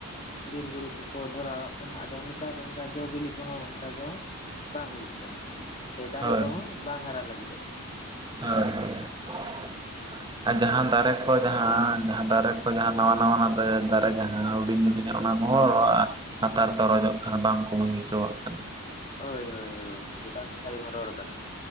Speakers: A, on the left; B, on the right.
A: ᱵᱤᱨ ᱵᱩᱨᱩ ᱠᱚᱠᱚ ᱫᱷᱚᱨᱟᱣᱟᱜ ᱠᱟᱱᱟ ᱟᱫᱚ ᱱᱮᱛᱟᱨ ᱫᱚ ᱚᱱᱠᱟ ᱡᱚ ᱵᱤᱞᱤ ᱠᱚᱦᱚᱸ ᱚᱱᱠᱟ ᱫᱚ ᱵᱟᱝ ᱦᱩᱭᱩᱜ ᱠᱟᱱᱟ ᱥᱮ ᱫᱟᱨᱮ
B: ᱦᱳᱭ
A: ᱠᱚᱦᱚᱸ ᱵᱟᱝ ᱦᱟᱨᱟ ᱞᱟᱹᱜᱤᱫᱚᱜ ᱾
B: ᱦᱳᱭ ᱦᱳᱭ ᱾ ᱟᱨ ᱡᱟᱦᱟᱸ ᱫᱟᱨᱮ ᱠᱚ ᱡᱟᱦᱟᱸ -ᱫᱟᱨᱮ ᱠᱚ ᱡᱟᱦᱟᱸ ᱱᱟᱣᱟ-ᱱᱟᱣᱟ ᱱᱟᱛᱮ ᱫᱟᱨᱮ ᱡᱟᱦᱟᱸ ᱦᱩᱰᱤᱧ ᱚᱱᱟ ᱠᱚᱦᱚᱸ
A: ᱦᱳᱭ ᱦᱳᱭ
B: ᱟᱛᱟᱨ ᱛᱚᱨᱚᱡᱚᱜ ᱠᱟᱱᱟ ᱵᱟᱝ ᱠᱚ ᱦᱩᱭ ᱚᱪᱚᱣᱟᱜ ᱠᱟᱱᱟ᱾
A: ᱦᱳᱭ- ᱦᱳᱭ -ᱦᱳᱭ ᱡᱚᱛᱦᱟᱛ ᱠᱟᱛᱷᱟ ᱜᱮ ᱵᱤᱱ ᱨᱚᱲ ᱟᱠᱟᱫᱟ